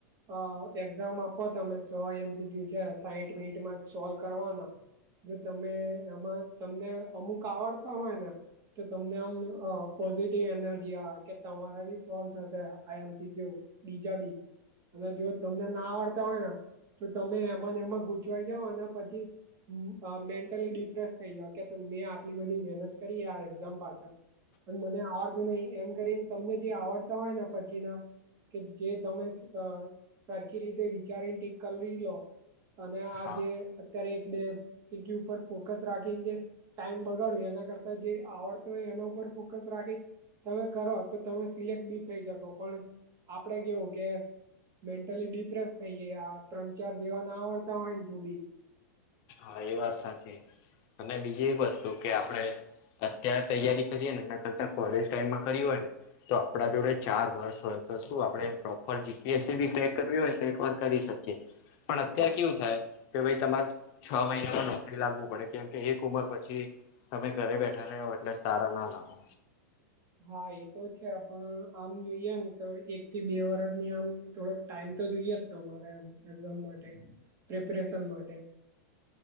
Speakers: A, on the right; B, on the left.
A: હ એક્ઝામ આપો તમે સો એમસીક્યુ છે સાઈઠ મિનિટ માં સોલ્વ કરવાના જો તમે આમાં તમને અમુક આવડતા હોય ને તો તમને આમ પોઝિટિવ એનર્જી આવે કે તમારાથી સો થશે આ એમસી બીજા બી અને જો તમને ના આવડતા હોય ને તો તમે એમાંને એમાં ઘૂચવાઈ જાાવ અને પછી મેન્ટલી ડિપ્રેસ થઈ જાવ કે મે આટલી બધી મહેનત કરી આ એક્ઝામ પાછળ પણ મને આવડતું નહી એમ કરીને તમને જે આવડતા હોય પછી ના કે જે તમે સરખી રીતે વિચારીને ટી કરી લો અને આ
B: હા
A: જે અત્યારે એક બે સીટી ઉપર ફોકસ રાખીને જે ટાઈમ બગાડો એના કરતા જે આવડતો હોય એના ઉપર ફોકસ રાખી તમે કરો તો તમે સિલેક્ટ બી થઈ શકો પણ આપડે કેવું કે મેન્ટલી ડિપ્રેસ થઈ જાય આ ત્રણ ચાર જેવા ના આવડતા હોય ને તું બી
B: હા એ વાત સાચી અને બીજી એક વસ્તુ કે આપડે અત્યારે તૈયારી કરીએ ને એના કરતા કોલેજ ટાઈમમાં કરી હોય ને તો આપડા જોડે ચાર વર્ષ હોય તો શું આપડે જીપીએસસી બી ક્રેક કરવી હોય તો એક વાર કરી શકીએ પણ અત્યારે કેવું થાય કે ભાઈ તમારે છ મહિનામાં નોકરી લાગવું પડે કેમ કે એક ઉંમર પછી તમે ઘરે બેઠા રહ્યો, એટલે સારા ના લાગો.
A: હ. હા, એ તો છે, પણ આમ જોઈએ ને તો એક થી બે વર્ષની આમ થોડોક ટાઈમ તો જોઈએ. તમારે એક્ઝામ માટે પ્રિપરેશન માટે